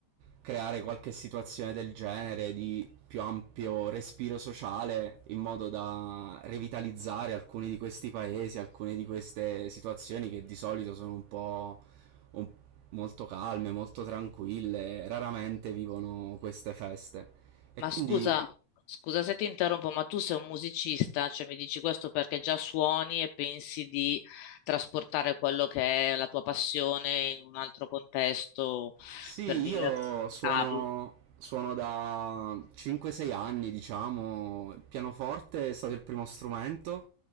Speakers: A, on the right; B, on the left.
A: creare qualche situazione del genere di più ampio respiro sociale in modo da revitalizzare alcuni di questi paesi, alcune di queste situazioni che di solito sono un po' un- molto calme, molto tranquille, raramente vivono queste feste. E
B: Ma
A: quindi
B: scusa, scusa se ti interrompo, ma tu sei un musicista, cioè mi dici questo perché già suoni e pensi di trasportare quello che è la tua passione in un altro contesto
A: Sì,
B: per diversificarlo.
A: io suono, suono da 5-6 anni, diciamo. Il pianoforte è stato il primo strumento,